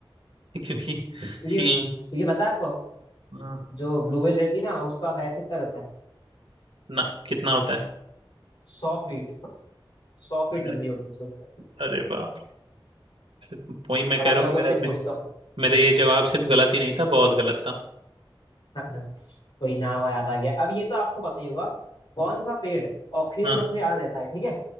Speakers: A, on the right; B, on the left.
A: <laughs> क्योंकि
B: क्योंकि
A: ये
B: क्योंकि पता है आपको
A: अ,
B: जो ब्लू व्हेल रहती है ना उसका हाइट कितना रहता है
A: ना कितना होता है
B: सौ फीट सौ फीट
A: अरे
B: लंबी होती है सोचो
A: अरे बाप रे फिर वही मैं
B: अब
A: कह
B: अगला
A: रहा हूँ कि
B: क्वेश्चन
A: मेरा मे-
B: पूछता हूँ
A: मेरा ये जवाब सिर्फ गलत ही नहीं था बहुत गलत था
B: <laughs> कोई ना वो याद आ गया अब ये तो आपको पता ही होगा कौन सा पेड़ ऑक्सीजन
A: हाँ
B: सबसे ज्यादा देता है ठीक है